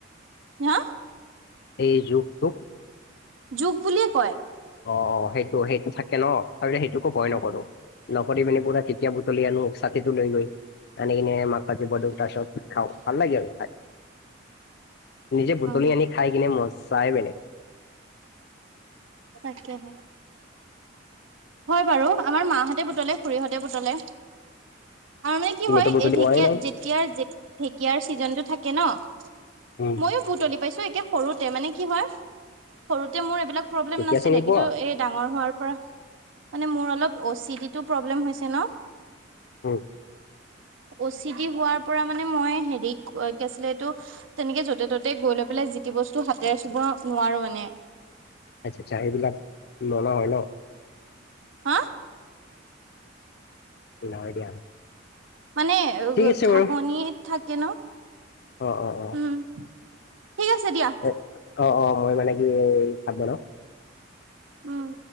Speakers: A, on the right (about 80°); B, on the left (about 55°).
A: হা
B: এই জুকটোক?
A: জুক বুলিয়ে কয়।
B: অ অ, সেইটো সেইটো থাকে ন, তাৰ সেইটোকো ভয়
A: উম
B: নকৰো। নকৰি পিনি পুৰা কেতিয়া বুটলি আনো, ছাতিটো লৈ গৈ আনি কিনে মাক কাতিপাটো। খাওঁ ভাল লাগিব খাই। নিজে বুটলি
A: উম
B: আনি খাই কিনে মজাই বেলেগ।
A: তাকেহে। হয় বাৰু, আমাৰ মাহঁতে বুতলে খুৰীহঁতে বুতলে। আৰু মানে কি
B: তুমিতো
A: হয়,
B: বুটলি
A: এই ঢেকীয়া
B: পোৱাই নাই
A: যেতিয়াৰ ঢেকীয়াৰ ছিজনটো থাকে ন-
B: উম,
A: মইয়ো বুটলি পাইছো একে সৰুতে, মানে কি হয় সৰুতে মোৰ এইবিলাক- প্ৰব্লেম
B: ঢেকীয়া
A: নাছিলে,
B: চিনি পোৱা
A: কিন্তু এই ডাঙৰ হোৱাৰ পৰা মানে মোৰ অলপ অচি ডিটো প্ৰব্লেম হৈছে ন।
B: উম
A: অচিটি হোৱাৰ পৰা মানে মই হেৰি কি আছিলে এইটো তেনেকে য'তে ত'তে গৈ লৈ পেলাই যি - বস্তু হাতেৰে চুব নোৱাৰো মানে।
B: আচ্ছা আচ্ছা এইবিলাক লনা হয় ন।
A: হা?
B: নাই দিয়া
A: মানে
B: ঠিক আছে
A: ঘাঁহনি
B: বাৰু
A: থাকে ন।
B: অ অ অ।
A: উম ঠিক আছে দিয়া
B: এ অ অ মই মানে কি ভাত বনাও।
A: উম।